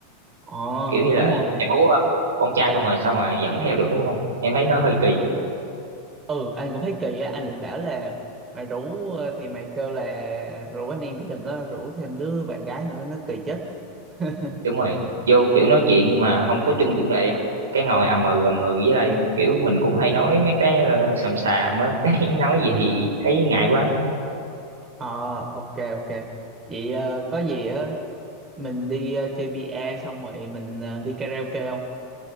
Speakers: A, on the right; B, on the right.
A: Ồ,
B: kiểu như
A: đúng
B: là
A: rồi.
B: cháu ờ, con trai không mà sao mà dẫn theo được đúng không em thấy nó hơi kỳ
A: Ừ, anh cũng thấy kỳ á, anh định bảo là mày rủ ờ, thì mày kêu là rủ anh em chứ đừng có rủ thêm đứa bạn gái nữa, nó kỳ chết. <laughs>
B: đúng rồi vô kiểu nói chuyện mà không có chung chủ đề á cái ngồi ầm ừ ầm ừ với lại kiểu mình cũng hay nói mấy cái ờ, xàm xàm á <laughs> cái nói gì thì thấy ngại quá
A: Ờ, ok, ok. Vậy ờ, có gì á, mình đi ờ, chơi bia xong rồi mình ờ, đi karaoke không?